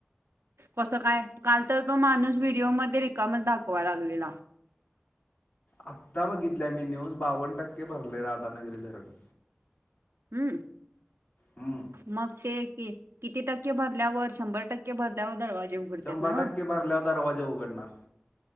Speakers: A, on the right; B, on the left.
A: कस काय काल तर तो माणूस व्हिडिओमध्येध्ये रिकामच दाखवाय लागलेला
B: आत्ता बघितल्या मी न्यूज बावन्न टक्के भरले राधानगरी धरण
A: हम्म
B: हम्म
A: मग ते किती टक्के भरल्यावर शंभर टक्के भरल्यावर दरवाजे उघडतात
B: शंभर
A: ना मग
B: टक्के भरल्यावर दरवाजे उघडणार